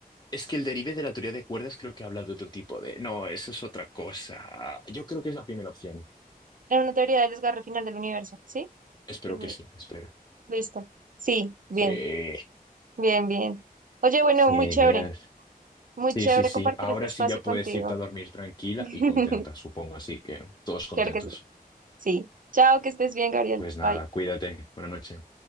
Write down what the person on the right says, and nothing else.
Era una teoría del desgarre final del universo, ¿sí?
Big Bang.
Listo. Sí, bien,
bien, bien. Oye, bueno,
muy chévere. Muy
chévere
compartir
este espacio
contigo.
<laughs>
Claro que sí. Sí. Chao, que estés bien, Gabriel.
Bye.